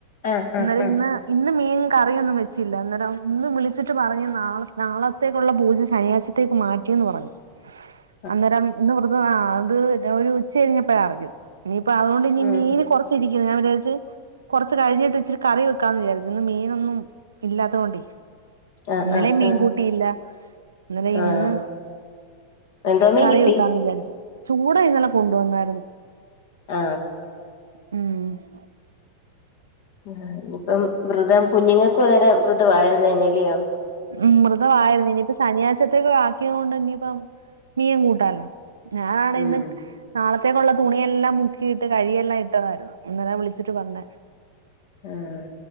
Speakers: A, on the left; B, on the right.
A: ആഹ്
B: അന്നേരന്ന്
A: ആഹ് ആഹ്
B: ഇന്ന് മീൻ കറിയൊന്നും വെച്ചില്ല അന്നേരം ഇന്ന് വിളിച്ട്ട് പറഞ് നാള നാളത്തേക്കുള്ള പൂജ ശനിയാഴ്ച ത്തേക്ക് മാറ്റിയന്ന് പറഞ്ഞു
A: <inaudible>
B: അന്നേരം ഇന്ന് വ്രത ആ അത് ഒരു ഉച്ച കഴിഞ്ഞപ്പോഴ അറിഞ്ഞത് ഇനിയിപ്പ അതുകൊണ്ട് ഇനി
A: ഉം
B: മീന് കുറച്ച് <unintelligible> കുറച്ച് കഴിഞ്ഞിട്ട് ച്ചിരി കറി വെക്കാന്നാവിചാരിച്ചു മീനൊന്നും ഇല്ലാത്തതുകൊണ്ടേ
A: ആഹ്
B: ഇന്നലെ
A: ആഹ്
B: മീൻകൂട്ടിയില്ല
A: ആഹ്
B: അന്നരം ഇന്ന്
A: ആഹ് എന്തോമീൻ
B: കറി
A: കിട്ടി
B: വെക്കാന്ന് വിചാരിച്ചു ചൂട ഇന്നലെ കൊണ്ടു വന്നായിരുന്നു
A: ആ
B: ഉം
A: ആ ഞ്ഞിപ്പം വൃതം കുഞ്ഞുങ്ങൾക്കു അങ്ങനെ വൃതമായിരുന്നേനെല്ല്യോ
B: ഉം മൃതാവായിരുന്നു ഇനിപ്പ ശനിയാഴ്ചത്തേക്ക ആക്കിയതോണ്ട് ഇനിയിപ്പ മീൻ കൂട്ടാലോ ഞാനാണ്
A: ഉം
B: ഇന്ന്. നാളത്തേക്കുള്ള തുണിയെല്ലാം മുക്കിയിട്ട് കഴികിയെല്ലാം ഇട്ടതായിരുന്നു അന്നേരവ വിളിച്ചിട്ട് പറഞ്ഞെ
A: ആഹ്